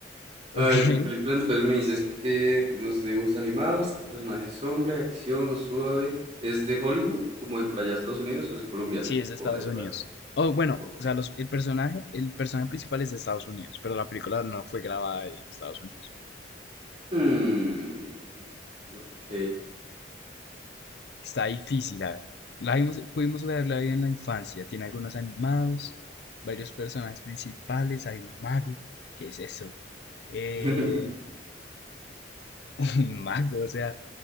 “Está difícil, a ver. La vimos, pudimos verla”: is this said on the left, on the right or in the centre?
Left